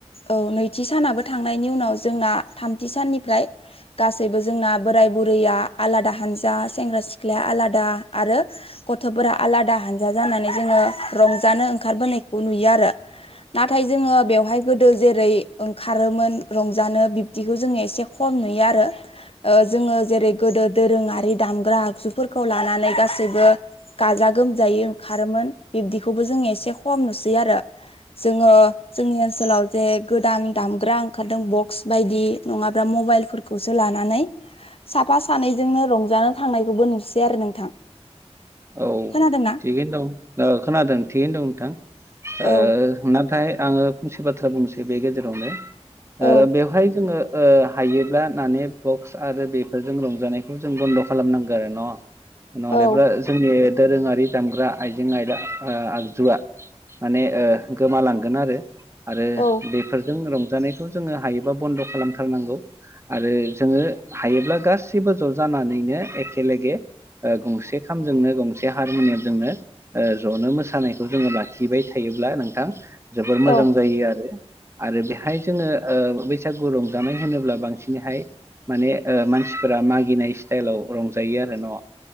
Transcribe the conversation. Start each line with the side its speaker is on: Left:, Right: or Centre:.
Left: औ नैथि सानाबो थांनायनि उनाव जोंना थामथि साननिफ्राय गासैबो जोंना बोराय बुरैया आलादा हानजा सेंग्रा सिख्लाया आलादा आरो गथ'फोरा आलादा हानजा जानानै जोङो रंजानो ओंखारबोनायखौ नुयो आरो नाथाय जोङो बेवहाय गोदो जेरै ओंखारोमोन रंजानो बिब्दिखौ जोङो एसे खम नुयो आरो। ओ जोङो जेरै गोदो दोरोङारि दामग्रा आगजुफोरखौ लानानै गासैबो गाजा गोमजायै ओंखारोमोन बिब्दिखौबो जोङो एसे खम नुसै आरो। जोङो जोंनि ओनसोलाव जे गोदान दामग्रा ओंखारदों बक्स बायदि नङाब्ला मबाइल फोरफोरखौसो लानानै साफा सानैजोंनो रंजानो थांनायखौबो नुसै आरो नोंथां।
Right: औ
Left: खोनादोंना
Right: थिगैनो दं दा खोनादों थिगैनो दं नोंथां ओ
Left: औ
Right: नाथाय आङो फंसे बाथ्रा बुंनोसै बे गेजेरावनो ओ
Left: औ
Right: बेवहाय जोङो ओ हायोब्ला माने बक्स आरो बेफोरजों रंजानायखौ जों बन्द' खालामनांगौ आरो न'। नहलेबा
Left: औ
Right: जोंनि दोरोङारि दामग्रा आइजें आयदा आ-आगजुआ माने ओ गोमालांगोन आरो आरो
Left: औ
Right: बेफोर जों रंजानायखौ जोङो हायोबा बन्द' खालामथारनांगौ आरो जोङो हायोब्ला गासिबो ज' जानानैनो एखेेलगे ओ गंसे खामजोंनो गंसे हारमुनियामजोंनो ओ जनो मोसानायखौ जोङो लाखिबाय थायोब्ला नोंथां जोबोर
Left: औ
Right: मोजां जायो आरो। आरो बेहाय जोङो ओ बैसागु रंजानाय होनोब्ला बांसिनहाय माने ओ मानसिफोरा मागिनाय स्टाइलाव रंजायो आरो न'।